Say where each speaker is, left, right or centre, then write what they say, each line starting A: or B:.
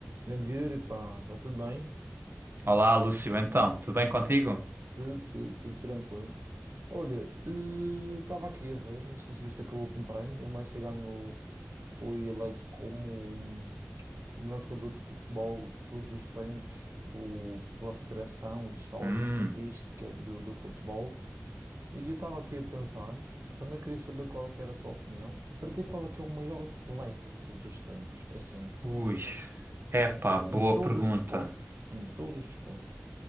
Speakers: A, on the right; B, on the right.
A: Grande Yuri, pá, está tudo bem?
B: Olá, Lúcio. Então, tudo bem contigo?
A: Tudo, tudo, tudo tranquilo. Olha, estava aqui a ver, não sei se viste aquele último prémio, o Messi ganhou, foi eleito como hum, o melhor jogador de futebol de todos os tempos pelo, pela Federação de História
B: Hum,
A: e Estatística do, do Futebol. E eu estava aqui a pensar, também queria saber qual é que era a tua opinião, para ti qual é que é o maior atleta de todos os tempos, assim,
B: ui. Epá, boa
A: em todos
B: pergunta.
A: os desportos, em todos os desportos.